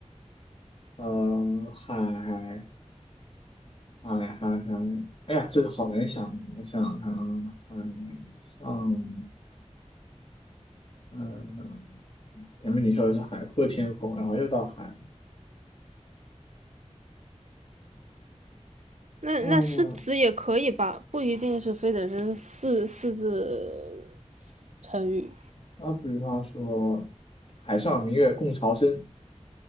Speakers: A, on the left (about 50°); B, on the right (about 70°).
A: 呃，海海海海，哎呀，这个好难想。我想想看啊，海上，嗯、前面你说的是海阔天空，然后又到海了
B: 那那诗词也可以吧，
A: 嗯，
B: 不一定是非得是四四字成语。
A: 啊，比方说，海上明月共潮生。